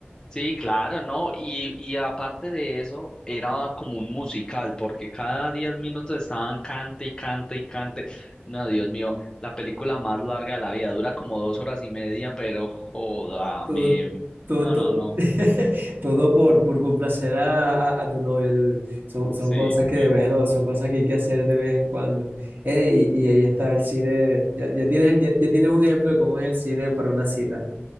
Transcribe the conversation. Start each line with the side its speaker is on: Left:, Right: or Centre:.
Left: Sí, claro, ¿no? Y, y aparte de eso, era como un musical, porque cada 10 minutos estaban cante y cante y cante. No, Dios mío, la película más larga de la vida dura como dos horas y media, pero joda,
Right: Todo,
Left: me...
Right: todo,
Left: No,
Right: todo,
Left: no, no.
Right: <laughs> todo por, por complacer a, a, a tu novia. dude. Son, son
Left: Sí,
Right: cosas que,
Left: sí.
Right: bueno, son cosas que hay que hacer de vez en cuando. Eh, y, y ahí está el cine. Ya, ya tienes, ya, ya tienes un ejemplo de cómo es el cine para una cita.